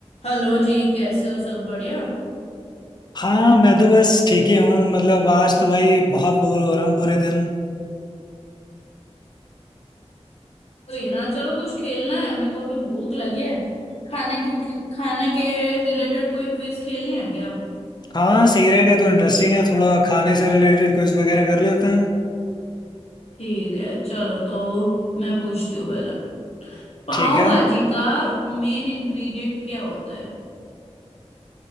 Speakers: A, on the left (about 65°); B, on the left (about 40°).
A: Hello जी कैसे हो सब बढ़िया
B: हाँ मैं तो बस ठीक ही हूँ मतलब आज तो भाई बहुत बोर हो रहा हूँ पूरे दिन
A: कोई ना चलो कुछ खेलना है मेरे को अभी भूख लगी है खाने क्योंकि खाने के रिलेटेड कोई क्विज खेलनी है क्या
B: हाँ सही रहेगा तो इंटरेस्टिंग है थोड़ा खाने से रिलेटेड क्विज वगैरह कर लेते हैं
A: ठीक है चलो तो मैं पूछती हूँ पहले पाव
B: ठीक है
A: भाजी का मेन इंग्रेडिएंट क्या होता है